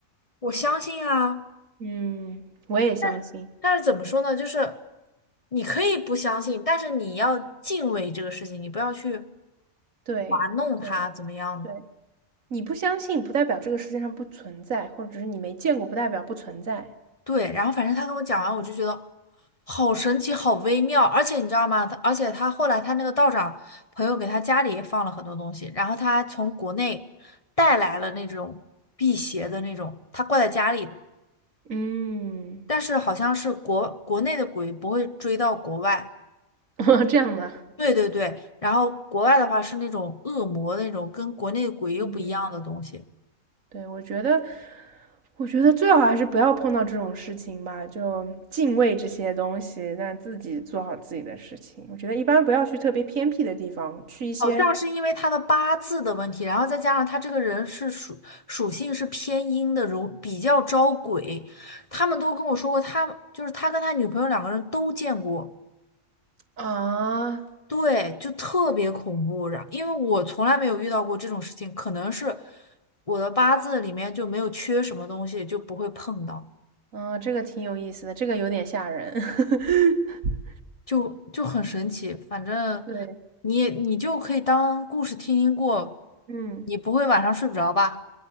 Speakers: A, on the left (about 30°); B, on the right (about 80°).
A: 我相信啊。
B: 嗯，我也相信。
A: 但但是怎么说呢？就是你可以不相信，但是你要敬畏这个事情，你不要去
B: 对对，
A: 玩弄它，怎么样的？
B: 对，你不相信，不代表这个世界上不存在，或者只是你没见过，不代表不存在。
A: 对，然后反正他跟我讲完，我就觉得好神奇，好微妙。而且你知道吗？他而且他后来他那个道长朋友给他家里也放了很多东西，然后他还从国内带来了那种辟邪的那种，他挂在家里的，
B: 嗯，
A: 但是好像是国国内的鬼不会追到国外。
B: <laughs> 这样的，
A: 对对对，然后国外的话是那种恶魔那种，跟国内鬼又不一样的东西。
B: 嗯，对，我觉得，我觉得最好还是不要碰到这种事情吧，就敬畏这些东西，那自己做好自己的事情。我觉得一般不要去特别偏僻的地方，去一些
A: 好像是因为他的八字的问题，然后再加上他这个人是属属性是偏阴的，容比较招鬼。他们都跟我说过，他就是他跟他女朋友两个人都见过，
B: 啊，
A: 对，就特别恐怖。然因为我从来没有遇到过这种事情，可能是我的八字里面就没有缺什么东西，就不会碰到。
B: 嗯，这个挺有意思的，这个有点吓人。<laughs>
A: 就就很神奇。反正
B: 对，
A: 你你就可以当故事听听过，
B: 嗯，
A: 你不会晚上睡不着吧？